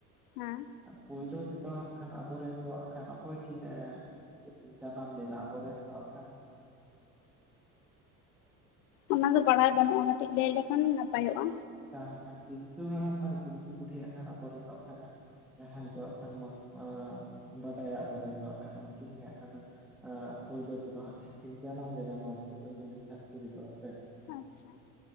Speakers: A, on the left; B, in the centre.
A: ᱦᱮᱸ
B: ᱯᱳᱭᱞᱳ ᱛᱮᱫᱚ ᱦᱟᱸᱜ ᱠᱷᱟᱱ ᱟᱵᱚᱨᱮᱱ ᱫᱚ ᱦᱟᱸ ᱠᱷᱟᱱ ᱚᱠᱚᱭ ᱠᱤᱱ, ᱪᱮᱫᱠᱩ ᱢᱮᱛᱟᱼᱟ ᱚᱱᱟ ᱟᱵᱚᱨᱮᱱ ᱫᱚ <unintelligible> ᱟᱠᱷᱟᱱ
A: ᱚᱱᱟ ᱫᱚ ᱵᱟᱲᱟᱭ ᱵᱟᱹᱱᱩᱜᱼᱟ ᱠᱟᱹᱴᱤᱡ ᱞᱟᱹᱭ ᱞᱮᱠᱷᱟᱱ ᱱᱟᱯᱟᱭᱚᱜᱼᱟ᱾
B: ᱡᱟᱦᱟᱸ ᱠᱷᱟᱱ ᱯᱤᱞᱪᱩ ᱦᱟᱲᱟᱢ ᱟᱨ ᱯᱤᱞᱪᱩ ᱵᱩᱰᱤᱭᱟᱜ ᱠᱷᱟᱱ ᱟᱵᱚᱨᱮᱱᱚᱜ ᱫᱚ ᱠᱷᱟᱱᱟ, ᱡᱟᱦᱟᱸᱭ ᱫᱚ ᱠᱷᱟᱱ ᱵᱟᱝ ᱵᱟᱰᱟᱭᱟ ᱟᱵᱚᱨᱮᱱ ᱫᱚ ᱠᱷᱟᱱ ᱩᱱᱠᱤᱱ ᱜᱮ <unintelligible> ᱟ ᱯᱩᱭᱞᱩ ᱛᱮᱫᱚ ᱦᱟᱜ ᱠᱷᱟᱱ ᱠᱤᱱ ᱡᱟᱱᱟᱢ ᱞᱮᱱᱟ ᱱᱚᱣᱟ <unintelligible> <unintelligible> <unintelligible> ᱥᱮ
A: ᱟᱪᱪᱷᱟ